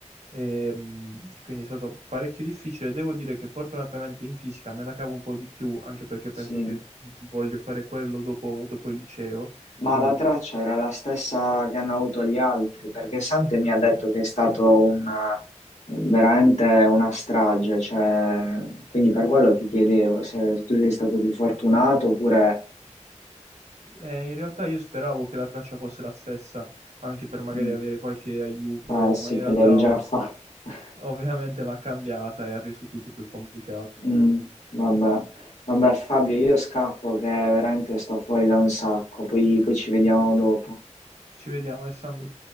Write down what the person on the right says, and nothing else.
Ehm, quindi è stato parecchio difficile. Devo dire che fortunatamente in fisica me la cavo un po' di più, anche perché penso
che voglio fare quello dopo, dopo il liceo.
Quindi.
Eh, in realtà io speravo che la traccia fosse la stessa, anche per magari
avere qualche aiuto,
ma in
realtà
o-
ovviamente l'ha cambiata e ha reso tutto più complicato.
Ci vediamo, Alessandro.